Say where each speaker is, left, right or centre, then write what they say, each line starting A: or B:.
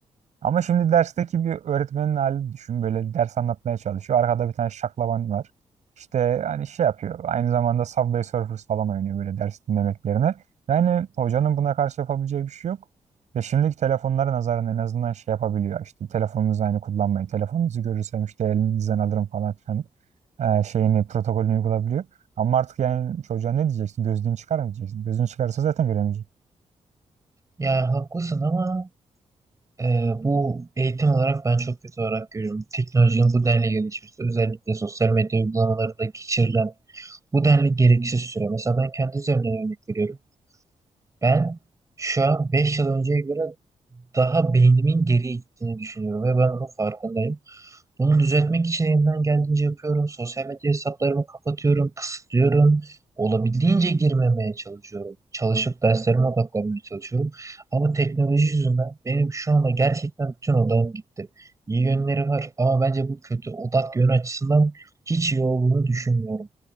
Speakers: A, on the right (about 70°); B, on the right (about 25°).
A: Ama şimdi dersteki bir öğretmenin halini düşün. Böyle ders anlatmaya çalışıyor. Arkada bir tane şaklaban var. İşte hani şey yapıyor. Aynı zamanda Subway Surfers falan oynuyor böyle ders dinlemek yerine. Yani hocanın buna karşı yapabileceği bir şey yok. Ve şimdiki telefonlara nazaran en azından şey yapabiliyor. İşte telefonunuzu aynı kullanmayın. Telefonunuzu görürsem işte elinizden alırım falan filan e, şeyini, protokolünü uygulayabiliyor. Ama artık yani çocuğa ne diyeceksin? Gözlüğünü çıkar mı diyeceksin? Gözlüğünü çıkarırsa zaten göremeyecek.
B: Ya haklısın ama Ee, bu eğitim olarak ben çok kötü olarak görüyorum. Teknolojinin bu denli gelişmesi, özellikle sosyal medya uygulamalarında geçirilen bu denli gereksiz süre. Mesela ben kendi üzerimden örnek veriyorum. Ben şu an 5 yıl önceye göre daha beynimin geriye gittiğini düşünüyorum ve ben bunun farkındayım. Bunu düzeltmek için elimden geldiğince yapıyorum. Sosyal medya hesaplarımı kapatıyorum, kısıtlıyorum. Olabildiğince girmemeye çalışıyorum. Çalışıp derslerime odaklanmaya çalışıyorum. Ama teknoloji yüzünden benim şu anda gerçekten bütün odağım gitti. İyi yönleri var ama bence bu kötü odak yönü açısından hiç iyi olduğunu düşünmüyorum.